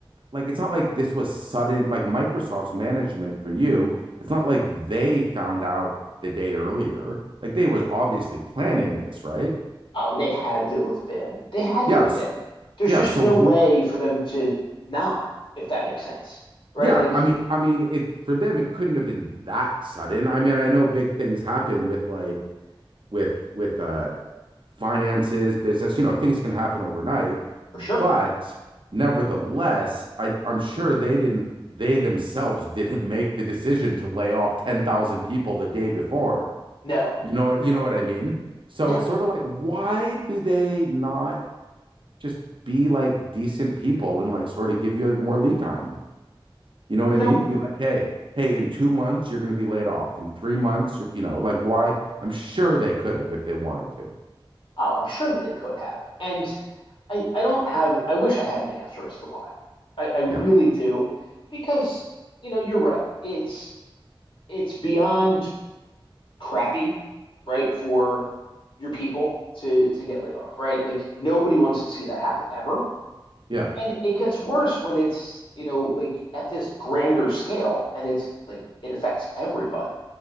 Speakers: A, on the right; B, on the left.
A: like it's not like this was sudden like Microsoft's management for you. It's not like they found out the day earlier. Like they was obviously planning this, right?
B: Oh, they had to have been. They had
A: Yes.
B: to have been. There's
A: Yeah.
B: just
A: So
B: no
A: w-
B: way for them to not, if that makes sense, right?
A: yeah,
B: Like
A: I mean I mean it for them it couldn't have been that sudden. I mean I know big things happen with like with with uh, finances, business. You know, things can happen overnight,
B: for
A: but
B: sure.
A: nevertheless, I, I'm sure they didn't. They themselves didn't <laughs> make the decision to lay off 10,000 people the day before.
B: No,
A: You know, you
B: no,
A: know what I mean? So
B: no.
A: it's sort of like, why do they not just be like decent people and like sort of give you more lead time? You know what
B: You
A: I mean?
B: know,
A: Be like, hey, hey, in two months you're going to be laid off. In three months, you know, like why? I'm sure they could have if they wanted to.
B: oh, I'm sure that they could have. And I, I don't have, I wish I had an answer as to why. I, I really
A: yeah,
B: do. Because, you know, you're right. It's it's beyond crappy, right, for your people to to get laid off, right? Like nobody wants to see that happen ever.
A: yeah,
B: And it gets worse when it's, you know, like at this grander scale and it's like it affects everybody.